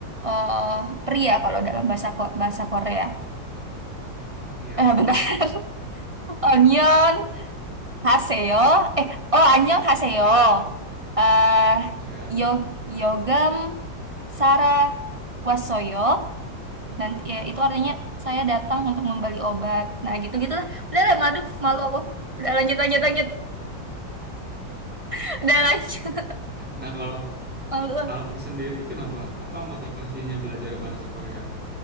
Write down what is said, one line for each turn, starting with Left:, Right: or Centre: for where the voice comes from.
Right: eh pria kalau dalam bahasa Ko- bahasa Korea.
Centre: Ya,
Right: Eh bentar.
Centre: terus
Right: <laughs> Onyeon Haseyo. Eh, oh Annyeong Haseyo. Eh
Centre: ya.
Right: Yog Yogam Sara Wasoyo. Nanti ya itu artinya saya datang untuk membeli obat. Nah, gitu-gitulah. Udah lah, malu malu aku. Udah lanjut lanjut lanjut. <laughs> Udah lanjut.
Centre: Nah, kalau
Right: Malu aku.
Centre: Alfi sendiri kenapa? Apa motivasinya belajar bahasa Korea?